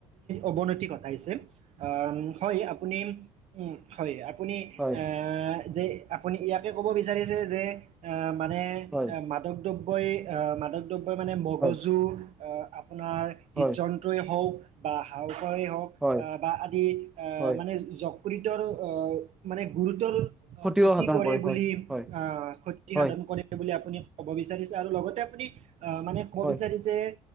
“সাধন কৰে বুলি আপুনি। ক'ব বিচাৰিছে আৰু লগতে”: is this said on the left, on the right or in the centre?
Right